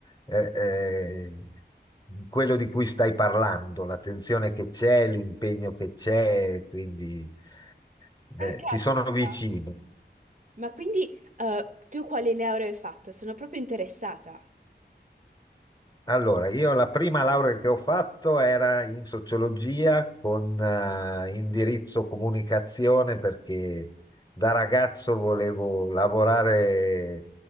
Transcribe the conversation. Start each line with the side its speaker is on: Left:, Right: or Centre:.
Left: eh, eh, quello di cui stai parlando, l'attenzione che c'è, l'impegno che c'è, quindi eh,
Right: Ah, caspita.
Left: ti sono vicino.
Right: Ma quindi eh, tu quali lauree hai fatto? Sono proprio interessata.
Left: Allora, io la prima laurea che ho fatto era in sociologia con eh, indirizzo comunicazione perché da ragazzo volevo lavorare,